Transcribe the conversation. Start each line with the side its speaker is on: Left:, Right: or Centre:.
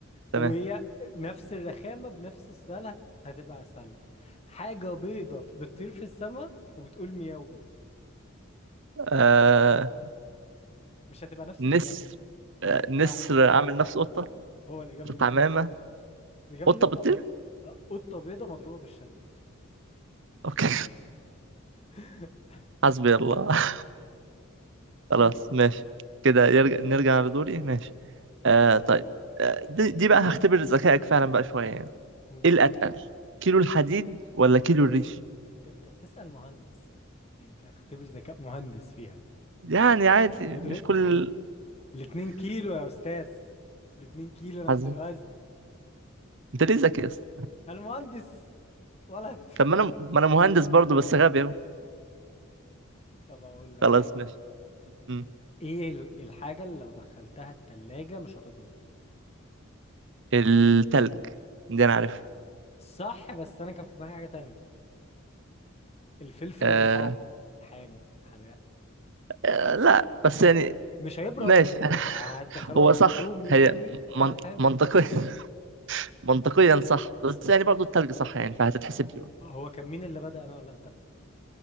Right: تمام
Left: وهي نفس الرخامة بنفس السؤال هت... هتبقى أسهل لك حاجة بيضة بتطير في السماء وبتقول مياو برضه
Right: آه...
Left: مش هتبقى نفس
Right: نسر
Left: الإجابة
Right: آه... نسر
Left: لا لا
Right: عامل
Left: لا
Right: نفسه
Left: لا
Right: قطة
Left: لا هو الإجابة اللي
Right: الحمامة
Left: أنت قلتها الإجابة
Right: قطة
Left: اللي أنت
Right: بتطير
Left: قلتها آه، قطة بيضة مضروبة بالشلوت
Right: اوكي
Left: <laughs>
Right: <laughs> حسبي الله <laughs> خلاص
Left: قول قول
Right: ماشي كده يرجع نرجع لدوري ماشي آه... طيب آه... دي... دي بقى هختبر ذكائك فعلا بقى شوية يعني
Left: قول
Right: ايه الاتقل كيلو الحديد ولا كيلو الريش
Left: أنت أنت بتسأل مهندس يعني أنت هتختبر ذكاء مهندس فيها
Right: يعني عادي
Left: مدرك
Right: مش كل
Left: الاتنين كيلو يا أستاذ الاتنين كيلو نفس
Right: حظ
Left: الوزن
Right: انت ليه ذكي يا اسطى؟
Left: أنا مهندس ولد
Right: طب ما انا ما انا مهندس برضو بس غبي اهو
Left: <laughs> طب أقول لك
Right: خلاص
Left: حاجة
Right: ماشي مم.
Left: ايه ال- الحاجة اللي لو دخلتها التلاجة مش هتبرد
Right: التلج دي انا عارف
Left: صح بس انا كان في دماغي حاجة تانية الفلفل
Right: آه...
Left: الحار الحامي حراق
Right: آه لا بس يعني
Left: مش هيبرد
Right: ماشي <laughs>
Left: هتدخله
Right: هو
Left: هيطلع
Right: صح
Left: رومي
Right: هي
Left: يعني هيفضل
Right: من...
Left: حامي
Right: منطقيا <laughs> منطقيا صح بس يعني برضو التلج صح يعني فهتتحسب
Left: خل-
Right: لي برضو.
Left: هو كان مين اللي بدأ انا ولا انت